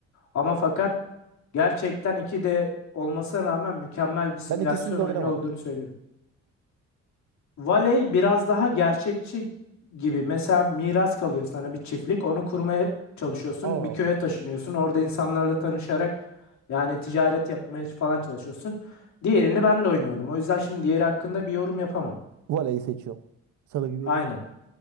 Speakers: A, on the left (about 70°); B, on the right (about 75°).
A: Ama fakat gerçekten iki d olmasına rağmen mükemmel bir simülasyon
B: Ben ikisini de
A: oyunu
B: oynamadım.
A: olduğunu söylüyorum. Valey biraz daha gerçekçi gibi. Mesela miras kalıyor sana bir çiftlik. Onu kurmaya çalışıyorsun.
B: Allah
A: Bir
B: Allah.
A: köye taşınıyorsun. Orada insanlarla tanışarak yani ticaret yapmaya falan çalışıyorsun. Diğerini ben de oynamadım. O yüzden şimdi diğeri hakkında bir yorum yapamam.
B: Voleyi seçiyorum. Salı gibi.
A: Aynen.